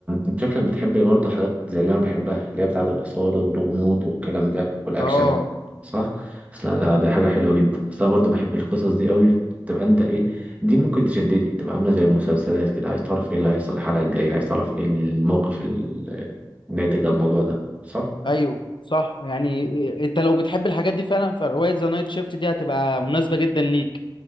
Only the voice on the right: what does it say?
انت شكلك بتحب برضه حاجات زي اللي انا بحبها اللي هي بتاعة الإثارة والغموض والكلام ده والأكشن
صح؟ اصل أنا- دي حاجة حلوة جدا اصل انا برضه بحب القصص دي قوي تبقى انت ايه دي ممكن تشدني تبقى عاملة زي المسلسلات كده عايز تعرف ايه اللي هيحصل الحلقة الجاية عايز تعرف ايه الموقف ال- الناتج عن الموضوع ده صح؟